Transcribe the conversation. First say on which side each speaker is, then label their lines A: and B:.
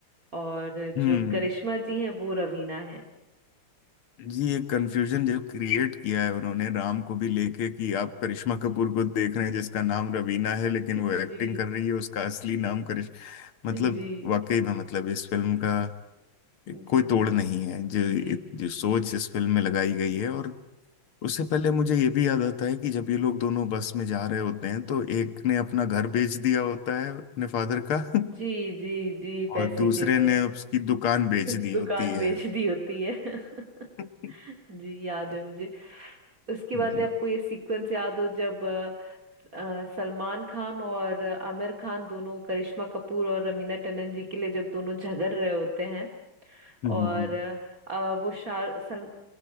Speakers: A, on the right; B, on the left.
A: और
B: हम्म
A: जो करिश्मा जी हैं वो रवीना हैं
B: जी ये कंफ्यूजन जो क्रिएट किया है उन्होंने राम को भी लेके कि आप करिश्मा कपूर को देख रहे हैं जिसका नाम रवीना है लेकिन
A: <laughs>
B: वो एक्टिंग
A: जी
B: कर रही है उसका असली नाम करिश मतलब
A: जी जी
B: वाकई में मतलब इस फिल्म का
A: जी
B: कोई तोड़ नहीं है जो
A: जी
B: जो सोच इस फिल्म में लगाई गई है और उससे पहले मुझे ये भी याद आता है कि जब ये लोग दोनों बस में जा रहे होते हैं तो एक ने अपना घर बेच दिया होता है अपने फादर का <laughs>
A: जी जी जी पैसे
B: और दूसरे
A: के लिए
B: ने उसकी दुकान बेच
A: दुकान
B: दी होती है
A: बेच दी होती है <laughs>
B: <laughs>
A: जी याद है मुझे उसके
B: जी
A: बाद है, आपको ये सीक्वेंस याद हो जब अ, अ, सलमान खान और आमिर खान दोनों करिश्मा कपूर और रवीना टंडन जी के लिए जब दोनों झगड़ रहे होते हैं
B: हम्म
A: और
B: हम्म, हम्म।
A: अ, वो शार सल,